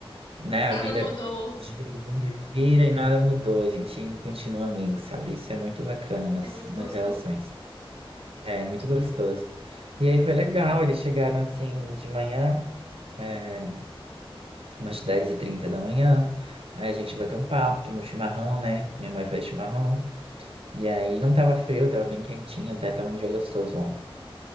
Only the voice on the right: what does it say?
né,
a vida
gira, o mundo gira e nada mudou, a gente ainda continua amigo, sabe? Isso é muito bacana nas,
nas
relações. É muito gostoso. E aí foi legal, eles chegaram assim de manhã, é, umas dez e trinta da manhã, aí a gente bateu um papo, tomou chimarrão, né? Minha mãe faz chimarrão. E aí não tava frio, tava bem quentinho, até tava um dia gostoso ontem.